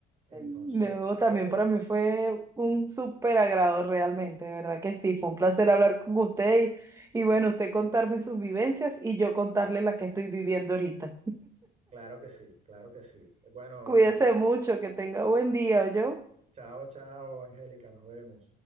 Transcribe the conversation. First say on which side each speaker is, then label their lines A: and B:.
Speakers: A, on the right; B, on the right.
A: entonces
B: No,
A: te
B: también
A: dejo.
B: para mí fue un súper agrado realmente, de ¿verdad que sí? Fue un placer hablar con usted y, y bueno, usted contarme sus vivencias y yo contarle la que estoy viviendo ahorita.
A: Claro que sí, claro que sí. Bueno,
B: Cuídese
A: eh,
B: mucho, que tenga buen día, yo.
A: chao, chao, Angélica, nos vemos.